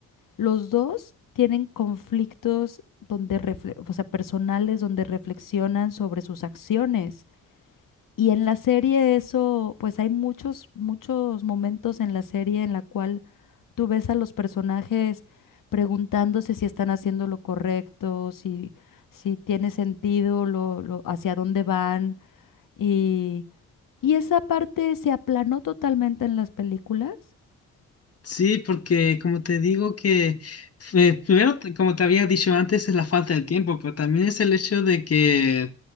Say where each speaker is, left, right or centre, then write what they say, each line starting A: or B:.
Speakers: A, on the left; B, on the left.
A: los dos tienen conflictos donde refle- o sea, personales donde reflexionan sobre sus acciones. Y en la serie eso, pues hay muchos, muchos momentos en la serie en la cual tú ves a los personajes preguntándose si están haciendo lo correcto, si, si tiene sentido lo, lo- hacia dónde van. Y, y esa parte se aplanó totalmente en las películas.
B: Sí, porque como te digo que eh, primero, te- como te había dicho antes, es la falta de tiempo, pero también es el hecho de que